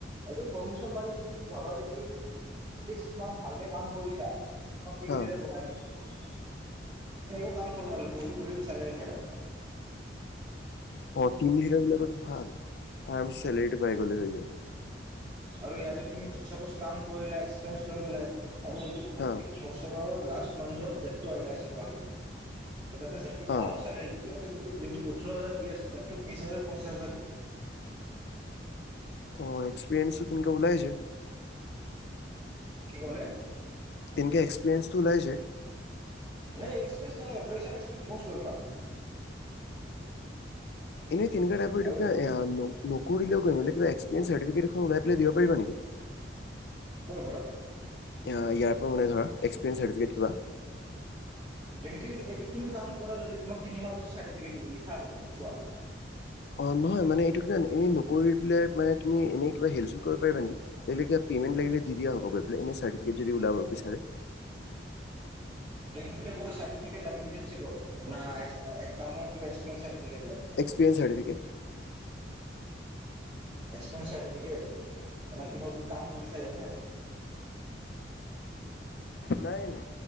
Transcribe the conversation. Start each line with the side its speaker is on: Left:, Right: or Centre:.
Right: এইটো প্ৰমোচন মানে কি তুমি ভাবা যে কি ছিক্স মান্থ ভালকে কাম কৰিছা। ম <unintelligible>
Left: হা
Right: লিডৰ
Left: হা
Right: বাই দিই কাম কৰ আল গহ, গহ চলে খাই।
Left: অ, টম চৰা বিলাক ভাল আৰাম চেলাৰীটো পাই গ'লে হৈ যায়।
Right: আৰু ইয়াতে তুমিজ কাম কৰিলো এক্সৰিয়ে কৰি গ
Left: হা
Right: আৰু। বছৰ লাষ্ট মান্থত জেপটো আহি আছে গুৱাহাটীত তাতে জেপুত
Left: হা
Right: আৰু চালাৰী দ ইয়াতে যোন ওঠৰ হাজাৰ দি আছে যাতো বিশ হাজাৰ, পচিছ হাজাৰ দি
Left: অ, এক্সপৰিয়ন্ঞ্চছ ত তেনেকেওলাইছে।
Right: কি ক'লে?
Left: তেনক এ্সপিৰিয়ন্ঞ্চ তটো লেছে
Right: এক্সপ নালাগে ফ্ৰেচাৰ, এক্সপ মস্ত ৱেলকাম।
Left: এনে তিনগটাই পকে
Right: আৰু এইটো
Left: নকৰি দিলও গম কিবা এক্পৰিয়ঞ্চ, চাৰটিফিকে এ ওলাইলাই দিবাৰিবােকি
Right: ক'লপ
Left: ইয়াৰ পৰা মান ধৰা এক্সপেৰিেঞ্চাৰ্টফিকেট কিবা
Right: বেং এইটোত তুমি কাম কৰা যদি তোক তিনিমাহ পিছত চাৰটিফিকেট দিব লিখা আছে ত চোৱা।
Left: অ, নহয় মানে এইটো কিান এনেই নকৰি পলে মানে তুমি এনেই কিবা হেল্প চুল কৰিব পাৰিবা নেকি। <unintelligible> পেমেণ্ লাগিলে দি দিয়া হ'ব গৈ প এনে চাটিফিকেট যদি ওলাব বিচাৰে
Right: <unintelligible> চাৰ্টিফিকেট লাগে ইণ্টাৰ্ণচিপৰ, না এ-কামৰ কিবা এক্সপেঞ্চ চাৰ্টিফিকেট লাগে?
Left: একপৰিঞ্চ চাৰ্টিফিকেট।
Right: এ্সপিৰিন্ চাৰটিফিকেট ম কি তুমি কাম কৰিৰিছে।
Left: নাই, নাই।